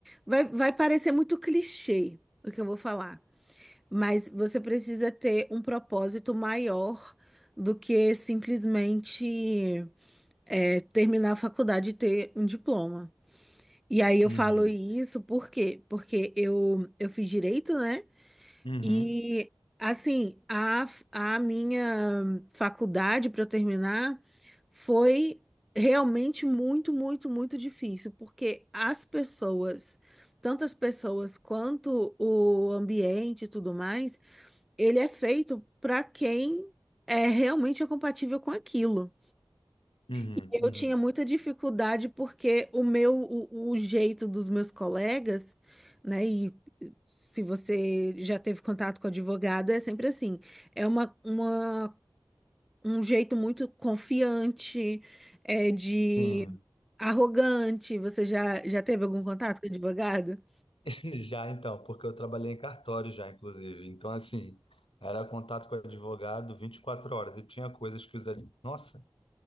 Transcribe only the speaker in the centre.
Vai, vai parecer muito clichê o que eu vou falar, mas você precisa ter um propósito maior do que simplesmente é, terminar a faculdade e ter um diploma. E aí eu
falo isso por quê? Porque eu, eu fiz direito, né?
E assim, a, a minha faculdade para eu terminar foi realmente muito, muito, muito difícil, porque as pessoas, tanto as pessoas quanto o ambiente e tudo mais, ele é feito para quem é realmente é compatível com aquilo.
E
Eu tinha muita dificuldade porque o meu, o, o jeito dos meus colegas, né? E se você já teve contato com advogado, é sempre assim. É uma, uma, um jeito muito confiante, é de
arrogante. Você já, já teve algum contato com advogado?